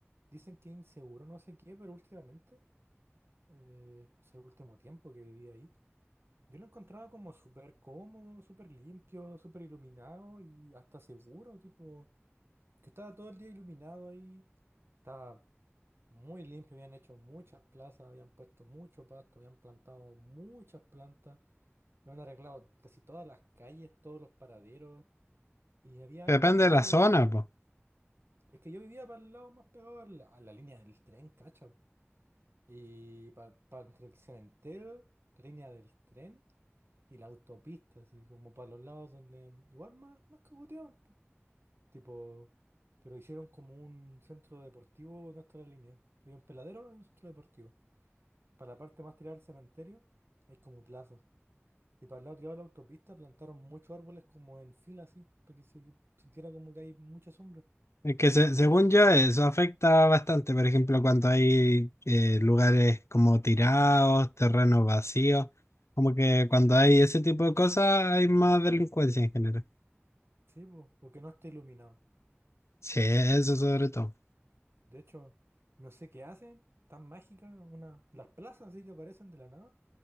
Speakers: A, on the right; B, on the left.
A: dicen que es inseguro, no sé qué, pero últimamente, eh, o sea, el último tiempo que viví ahí. Yo lo encontraba como súper cómodo, súper limpio, súper iluminado y hasta seguro, tipo, que estaba todo el día iluminado ahí, estaba muy limpio, habían hecho muchas plazas, habían puesto mucho pasto, habían plantado muchas plantas, habían arreglado casi todas las calles, todos los paraderos y había
B: Depende
A: harto acceso.
B: de la zona, pues.
A: Es que yo vivía para el lado más pegado a la, a la línea del tren, cacha. po. Y para, para entre el cementerio, la línea del tren. Y la autopista, así como para los lados donde igual más, más cagoteaban, po. Tipo, pero hicieron como un centro deportivo en nuestra línea. Había un peladero en un centro deportivo. Para la parte más tirada al cementerio, hay como plaza. Y para el lado tirado de la autopista plantaron muchos árboles como en fila así, para que se sintiera como que hay mucha sombra.
B: Es que se-
A: Y yo,
B: según yo eso afecta bastante, por ejemplo, cuando hay eh, lugares como tirados, terrenos vacíos, como que cuando hay ese tipo de cosas hay más delincuencia en general.
A: sí, po, o que no esté iluminado.
B: Sí, eso sobre todo.
A: De hecho, no sé qué hacen, tan mágicas una, las plazas así que aparecen de la nada.